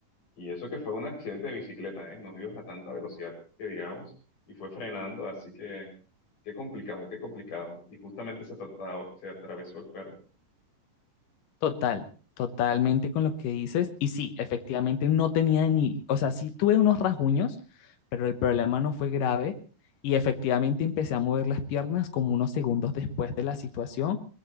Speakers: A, on the left; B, on the left.
A: y eso que fue un accidente de bicicleta, ¿eh? No ibas a tanta velocidad que digamos, y fue frenando, así que qué complicado, qué complicado. Y justamente se trataba- se atravesó el perro.
B: Total, totalmente con lo que dices. Y sí, efectivamente no tenía ni, o sea, sí tuve unos rasguños, pero el problema no fue grave. Y efectivamente empecé a mover las piernas como unos segundos después de la situación.